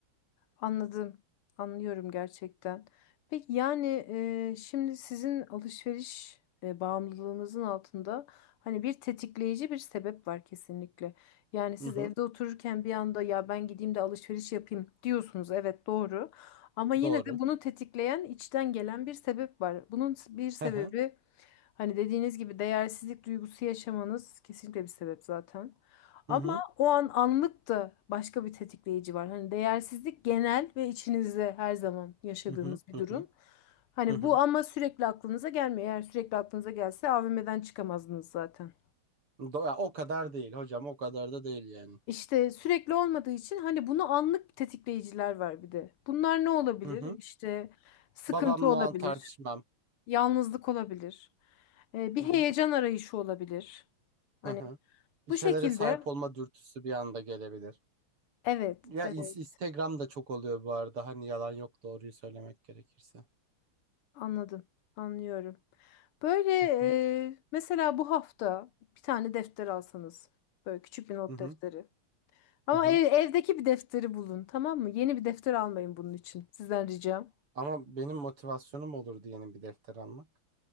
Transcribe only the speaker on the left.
Anladım. Anlıyorum gerçekten. Peki yani e, şimdi sizin alışveriş e, bağımlılığınızın altında hani bir tetikleyici bir sebep var kesinlikle. Yani siz
evde otururken bir anda ya ben gideyim de alışveriş yapayım diyorsunuz. Evet doğru. Ama yine
de bunu tetikleyen içten gelen bir sebep var. Bunun bir sebebi
Hani dediğiniz gibi değersizlik duygusu yaşamanız kesinlikle bir sebep zaten. Ama
o an anlık da başka bir tetikleyici var. Hani değersizlik genel ve içinizde her zaman yaşadığınız
bir
durum.
Hani
bu ama sürekli aklınıza gelmiyor. Eğer sürekli aklınıza gelse AVM'den çıkamazdınız zaten.
İşte sürekli olmadığı için hani bunu anlık tetikleyiciler var bir de. Bunlar ne olabilir?
İşte sıkıntı
olabilir,
yalnızlık olabilir, e, bir
heyecan arayışı olabilir. Hani
bu
şekilde
evet,
evet.
Anladım, anlıyorum. Böyle
e, mesela bu hafta bir tane defter alsanız, böyle küçük bir not
defteri. Ama
ev- evdeki bir defteri bulun, tamam mı? Yeni bir defter almayın bunun için, sizden ricam.